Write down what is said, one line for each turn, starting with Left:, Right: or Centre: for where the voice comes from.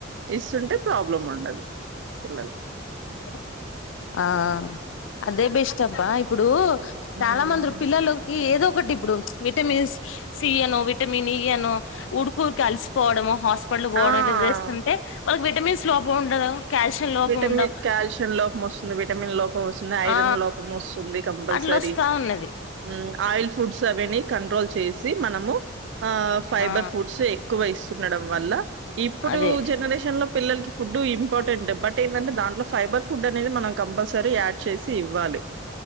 Right: ఇస్తుంటే ప్రాబ్లం ఉండదు పిల్లల్
Left: హలో ఆ ఆ అదే బెస్ట్ అబ్బా ఇప్పుడు
Right: హ్మ్.
Left: చాలా మందిరి పిల్లలుకి ఏదో ఒకటి ఇప్పుడు విటమిన్స్ సీ, అనో విటమిన్ ఈ అనో, ఊరుకూరికే అలిసిపోవడం హాస్ పళ్ళు పోవడం
Right: ఆ!
Left: ఇట్లా చేస్తుంటే వాళ్ళకి విటమిన్స్ లోపం ఉండదు కాల్షియం లోపం
Right: విటమి
Left: ఉండవు
Right: కాల్షియం లోప్ మొస్తుంది విటమిన్ లోపం వస్తుంది ఐరన్
Left: ఆ
Right: లోపం వస్తుంది కంపల్సరీ
Left: అట్లా వస్తా ఉన్నది
Right: ఉమ్ ఆయిల్ ఫుడ్స్ అవన్నీ కంట్రోల్ చేసి మనము ఆ ఫైబర్
Left: ఆ
Right: ఫుడ్స్ ఎక్కువ ఇస్తుండడం వల్ల ఇప్పుడు
Left: అదే
Right: జనరేషన్ లో పిల్లలకి ఫుడ్డు ఇంపార్టెంట్ బట్ ఏందంటే దాంట్లో ఫైబర్ ఫుడ్ అనేది మనం కంపల్సరీ యాడ్ చేసి ఇవ్వాలి